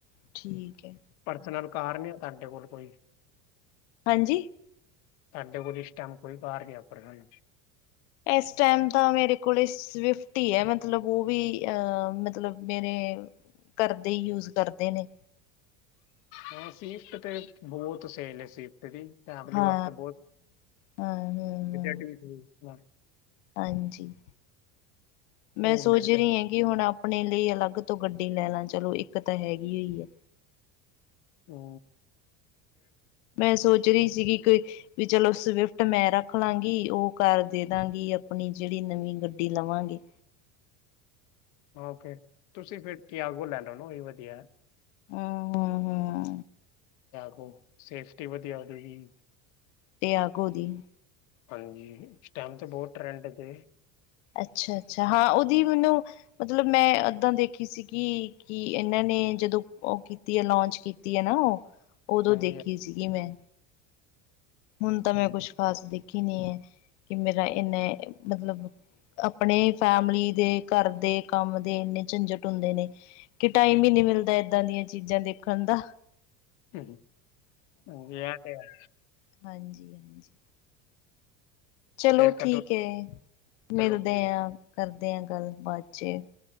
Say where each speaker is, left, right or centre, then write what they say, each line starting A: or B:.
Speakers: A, on the left (about 80°); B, on the left (about 60°).
A: ਠੀਕ ਏ।
B: ਪਰਸਨਲ ਕਾਰ ਨਹੀਂ ਏ ਤੁਹਾਡੇ ਕੋਲ ਕੋਈ।
A: ਹਾਂਜੀ।
B: ਸਾਡੇ ਕੋਲ ਇਸ ਟਾਈਮ ਕੋਈ ਕਾਰ ਨੀ ਆਪਣੇ ਨਾਮ।
A: ਇਸ ਟਾਈਮ ਤਾਂ ਮੇਰੇ ਕੋਲ ਸਵਿਫਟੀ ਈ ਆ, ਮਤਲਬ ਉਹ ਵੀ ਅ ਮਤਲਬ ਮੇਰੇ ਘਰ ਦੇ ਹੀ ਯੂਜ ਕਰਦੇ ਨੇ।
B: ਹਾਂ ਸਿਫਟ ਤੇ ਬਹੁਤ ਸੇਲ ਐ ਸਿਫਟ ਦੀ, ਫੈਮਲੀ
A: ਹਾਂ
B: ਵਾਸਤੇ ਬਹੁਤ
A: ਹਾਂ ਹਾਂ ਹਾਂ
B: ਬਜਟ ਵੀ ਠੀਕ ਹੈ
A: ਹਾਂਜੀ ਮੈਂ
B: ਉਹ
A: ਸੋਚ
B: ਮਿਲ ਜਾ
A: ਰਹੀ ਏ ਕਿ ਹੁਣ ਆਪਣੇ ਲਈ ਅਲੱਗ ਤੋਂ ਗੱਡੀ ਲੈ ਲਾ ਚਲੋ ਇੱਕ ਤਾਂ ਹੈਗੀ ਈ ਓ ਏ।
B: ਹੂ
A: ਮੈਂ ਸੋਚ ਰਹੀ ਸੀਗੀ ਕੋਈ ਵੀ ਚਲੋ ਸਵਿਫਟ ਮੈਂ ਰੱਖ ਲਾਂਗੀ, ਉਹ ਕਰ ਦੇ ਦਾਂਗੀ ਆਪਣੀ ਜਿਹੜੀ ਨਵੀਂ ਗੱਡੀ ਲਵਾਂਗੇ।
B: ਓਕੇ ਤੁਸੀਂ ਫਿਰ ਟੀਆਗੋ ਲੈ ਲਓ ਨਾ ਉਹੀ ਵਧੀਆ ਏ।
A: ਹਾਂ ਹਾਂ
B: ਟੀਆਗੋ ਸੇਫਟੀ ਵਧੀਆ ਹੋਜੂਗੀ।
A: ਟੀਆਗੋ ਦੀ।
B: ਹਾਂਜੀ, ਇਸ ਟਾਈਮ ਤੇ ਬਹੁਤ ਟਰੈਂਡ ਜੇ।
A: ਅੱਛਾ ਅੱਛਾ ਹਾਂ ਉਹਦੀ ਮੈਨੂੰ ਮਤਲਬ ਮੈਂ ਏਦਾਂ ਦੇਖੀ ਸੀਗੀ ਕਿ ਇਹਨਾਂ ਨੇ ਜਦੋਂ ਉਹ ਲਾਂਚ ਕੀਤੀ ਏ ਨਾ ਉਹ, ਉਦੋਂ
B: ਹਾਂਜੀ
A: ਦੇਖੀ ਸੀਗੀ ਮੈਂ। ਹੁਣ ਤਾਂ ਮੈਂ
B: ਹਾਂਜੀ
A: ਕੁਛ ਖ਼ਾਸ ਦੇਖੀ ਨੀ ਐ ਕਿ ਮੇਰਾ ਇੰਨੇ ਮਤਲਬ ਆਪਣੇ ਫੈਮਲੀ ਦੇ ਘਰ ਦੇ ਕੰਮ ਦੇ ਇੰਨੇ ਝੰਜਟ ਹੁੰਦੇ ਨੇ ਕਿ ਟਾਈਮ ਹੀ ਨਹੀਂ ਮਿਲਦਾ ਏਦਾਂ ਦੀਆਂ ਚੀਜ਼ਾਂ ਦੇਖਣ ਦਾ।
B: ਹੂ, ਹਾਂਜੀ ਏ ਤਾਂ ਹੈ।
A: ਹਾਂਜੀ-ਹਾਂਜੀ ਚਲੋ
B: ਫਿਰ ਕਦੋਂ
A: ਠੀਕ ਹੈ। ਮਿਲਦੇ
B: ਚਲੋ ਠੀਕ
A: ਹਾਂ ਕਰਦੇ ਹਾਂ ਗੱਲ ਬਾਾਤ ਚ'